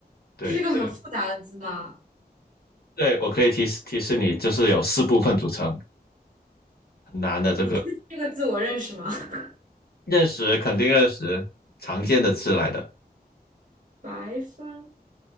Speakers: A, on the left; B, on the right.
A: 对，
B: 这是个很复杂的字吗？
A: 这个对我可以提示提示你，就是有四部分组成，很难的这个，
B: 你确定这个字我认识吗？<laughs>
A: 认识肯定认识，常见的字来的。
B: 白帆